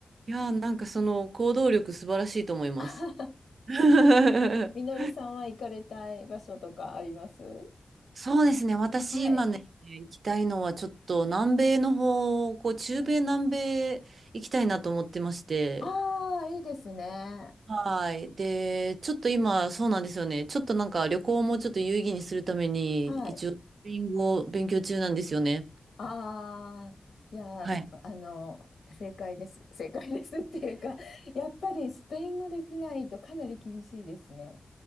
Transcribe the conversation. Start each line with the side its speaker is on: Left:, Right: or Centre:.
Right: いやー、なんかその行動力素晴らしいと思います。
Left: <laughs>
Right: <laughs>
Left: みのりさんは行かれたい場所とかあります
Right: そうですね。私今ね、
Left: はい。
Right: 行きたいのはちょっと南米の方、こう中米南米行きたいなと思ってまして。
Left: ああ、いいですね。
Right: はい。で、ちょっと今、そうなんですよね。ちょっとなんか旅行もちょっと有意義にするために、
Left: はい。
Right: 一応、スペイン語を勉強中なんですよね。
Left: ああ、いやー、
Right: はい。
Left: そあの、正解です。正解ですっていうか、やっぱりスペイン語できないとかなり厳しいですね。